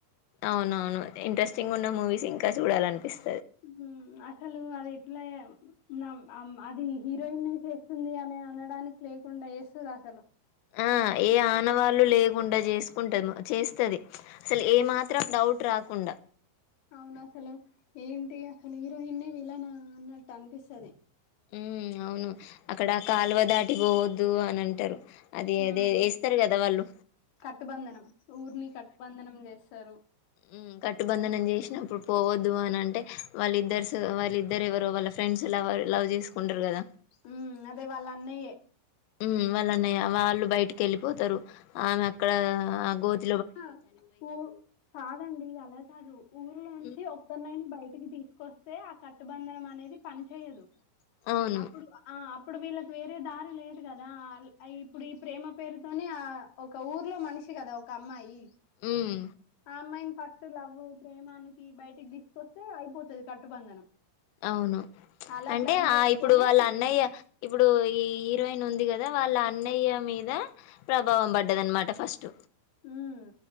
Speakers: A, on the left; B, on the left.
A: అవునవును ఇంట్రెస్టింగ్ ఉన్న మూవీస్ ఇంకా చూడాలనిపిస్
B: ఉమ్మ్ అసలు అది ఎట్ల యం మం అం అది హీరోయిన్ ఏ చేస్తుంది అని అనడానికి లేకుండా చేస్తది అసలు
A: ఆ ఏ ఆనవాళ్ళు లేకుండా చేసుకుంటది చేస్తుది అసలు ఏ మాత్రం డౌట్ రాకుండా
B: అవునసలు ఏంటి అసలు హీరోయిన్ ఏ విలానా అన్నట్టు అనిపిస్తది
A: ఉమ్మ్ అవును అక్కడ కాలువ దాటి పోవద్దు అని అంటారు అది
B: ఉమ్మ్
A: అదే ఏస్తారు కదా వాళ్ళు
B: కట్టుబంధనం ఊరిని కట్టుబంధనం చేస్తారు
A: ఉమ్మ్ కట్టుబంధనం చేసినప్పుడు పోవద్దు అని అంటే వాళ్ళిద్దర్స్ వాళ్ళిద్దరు ఎవరో వాళ్ళ ఫ్రెండ్స్ లవర్ లవ్ చేసుకుంటరు కదా
B: ఉమ్మ్ అదే వాళ్ళ అన్నయ్యే
A: ఉమ్మ్ వాళ్ళన్నయ వాళ్ళు బయటికెళ్ళిపోతరు ఆమె అక్కడ ఆ గోత్
B: <unintelligible> ఉ కాదండి అలా కాదు ఊర్లో <unintelligible>
A: ఉమ్,
B: చి ఒక్కన్ నాయని బయటికి తీసుకొస్తే ఆ కట్టుబంధనం అనేది పని చెయ్యదు
A: అవును
B: అప్పుడు ఆ అప్పుడు వీళ్ళక్ వేరే దారి లేదు కదా అల్ ఆ ఇప్పుడు ఈ ప్రేమ పేరుతోనే ఆ ఒక ఊర్లో మనిషి కదా కమ్మయి
A: హ్మ్
B: అ అమ్మాయిన్ ఫస్ట్ తులవు ప్రేమా అనికి బయటికి తీసుకొస్తే అయిపోతది కట్టుబంధనం
A: అవును
B: అలా
A: అంటే
B: ప్లాన్
A: ఆ
B: చేసుకొని
A: ఇప్పుడు వాళ్ళ అన్నయ్య ఇప్పుడు ఈ హీరోయిన్ ఉ ది కదా వాళ్ళ అన్నయ్య మీద ప్రభావం పడ్డది అనమాట ఫస్ట్
B: ఉమ్మ్